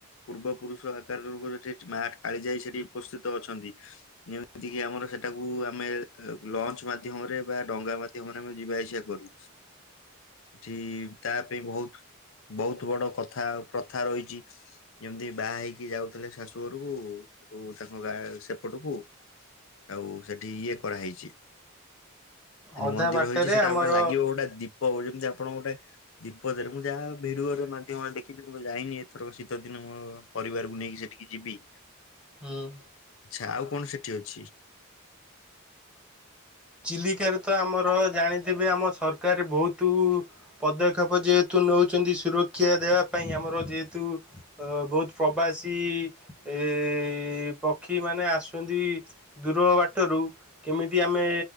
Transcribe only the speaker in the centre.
ଅଧା
ବାଟରେ
ଆମର
ହୁଁ
ଚିଲିକାରେ ତ ଆମର ଜାଣିଥିବେ ଆମ ସରକାର ବହୁତ ପଦକ୍ଷେପ ଯେହେତୁ ନେଉଛନ୍ତି ସୁରକ୍ଷା ଦେବା ପାଇଁ ଆମର ଯେହେତୁ ବହୁତ ପ୍ରବାସୀ- ଏ ପକ୍ଷୀ ମାନେ ଆସୁଛନ୍ତି ଦୂର ବାଟରୁ କେମିତି ଆମେ